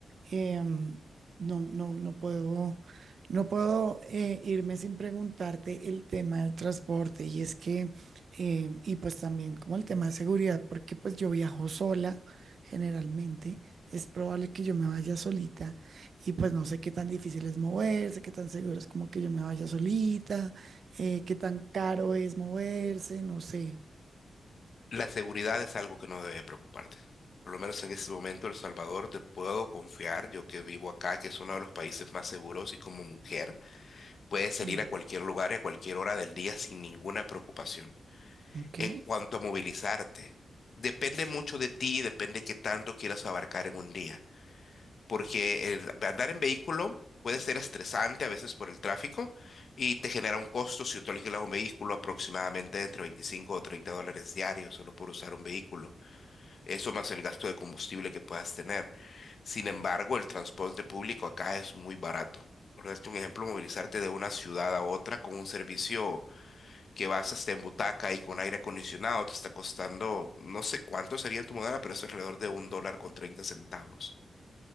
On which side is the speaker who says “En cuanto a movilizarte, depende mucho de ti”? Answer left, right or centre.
Left